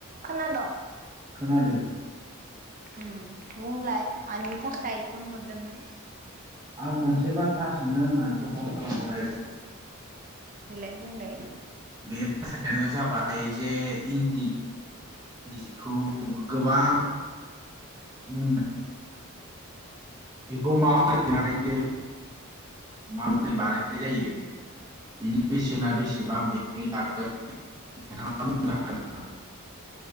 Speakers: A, on the right; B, on the right.
A: खोना द
B: खोनादों
A: बुंलाय मानि थाखाय फन हरदोंमोन?
B: आं मोनसे बाथ्रा सोंनो होननानैसो फन खालामहरनाय जादों।
A: देलाय बुंलाय
B: बे बाथ्रायानो जाबाय जे इन्दि जिखौ गोबां मुं बेखौ माबोरै बानायो माबोरै बानायनाय जायो बेनि बेसेना बेसेबां बेनि बागै नोंथाङा बुंनो हागोन ना?